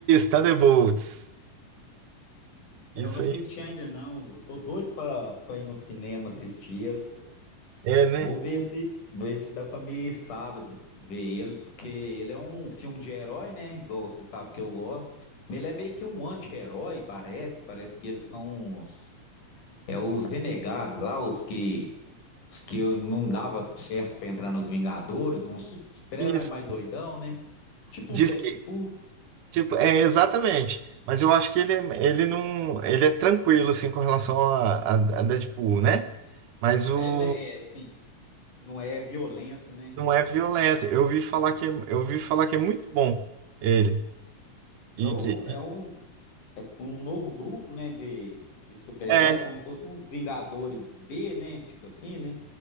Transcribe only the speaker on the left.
Eu não assisti
ainda não. Eu tô doido pra, pra ir no cinema assistir ele.
Vou ver se, ver se dá pra mim ir sábado ver ele, porque ele é um filme de herói, né? Igual você sabe que eu gosto. Mas ele é meio que um anti-herói, parece. Parece que eles são os, é, os renegados lá, os que, os que eu não dava certo pra entrar nos Vingadores, uns super-herói
mais doidão, né? Tipo
um Deadpool.
É, né? É, assim, não é violento, né?
É
um,
é um, é um novo grupo, né? De, de super-heróis,
como se fossem os Vingadores B, né? Tipo assim, né?